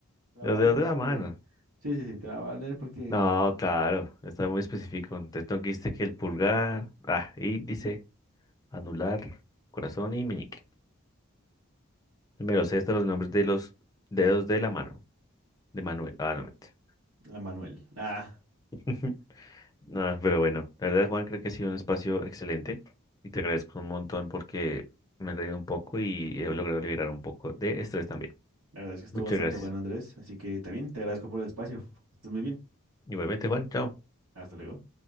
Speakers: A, on the right; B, on the left.
A: Te la
B: Los
A: va a valer
B: dedos de
A: porque...
B: la mano.
A: Sí, sí, sí, te la va a valer porque...
B: No, claro, está muy específico. Entonces no quiste que el pulgar, ah, índice, anular, corazón y meñique. Me lo sé hasta los nombres de los dedos de la mano. De Manuel. Ah, no, mentira.
A: La Manuel. Ah.
B: <laughs> No, pero bueno, la verdad, Juan, creo que ha sido un espacio excelente y te agradezco un montón porque me he reído un poco y he logrado liberar un poco de estrés también.
A: La verdad es que estuvo
B: Muchas
A: bastante
B: gracias.
A: bueno, Andrés, así que también te agradezco por el espacio. Que Estés muy bien.
B: Igualmente, Juan, chao.
A: Hasta luego.